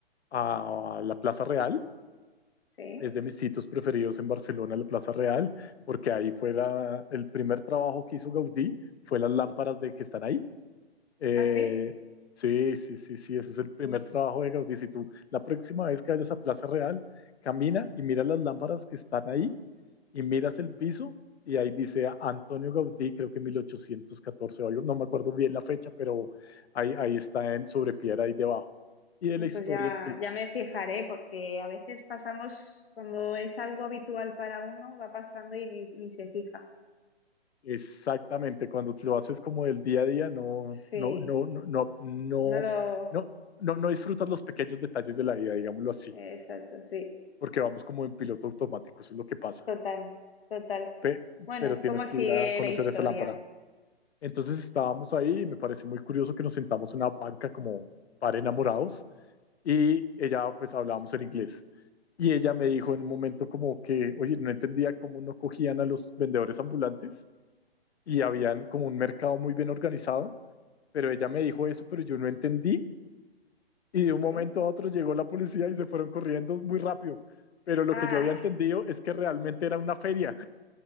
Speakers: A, on the left (about 80°); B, on the left (about 65°).
A: a la Plaza Real.
B: Sí,
A: Es de mis sitios preferidos en Barcelona, la Plaza Real, porque ahí fue la- el primer trabajo que hizo Gaudí, fue las lámparas de que están ahí. Eh,
B: así.
A: sí, sí, sí, sí, ese es el primer
B: Sí.
A: trabajo de Gaudí. Si tú la próxima vez que vayas a Plaza Real, camina y mira las lámparas que están ahí y miras el piso y ahí dice Antonio Gaudí, creo que 1814 o algo, no me acuerdo bien la fecha, pero ahí, ahí está en sobre piedra ahí debajo. Y de la historia
B: Pues ya,
A: es que
B: ya me fijaré, porque a veces pasamos, cuando es algo habitual para uno, va pasando y ni, ni se fija.
A: exactamente cuando lo haces como del día a día, no,
B: Sí,
A: no, no, no, no, no,
B: no lo...
A: no, no, no disfrutas los pequeños detalles de la vida, digámoslo así,
B: Exacto, sí.
A: porque vamos como en piloto automático, eso es lo que pasa.
B: Total, total.
A: Pe-
B: Bueno,
A: pero tienes
B: ¿cómo
A: que
B: sigue
A: ir a conocer
B: la historia?
A: esa lámpara. Entonces estábamos ahí y me pareció muy curioso que nos sentamos en una banca como para enamorados y ella, pues hablábamos en inglés. Y ella me dijo en un momento como que, oye, no entendía cómo no cogían a los vendedores ambulantes y habían como un mercado muy bien organizado, pero ella me dijo eso, pero yo no entendí. Y de un
B: ¿Sí?
A: momento a otro llegó la policía y se fueron corriendo muy rápido. Pero lo
B: Ah,
A: que yo había entendido es que realmente era una feria.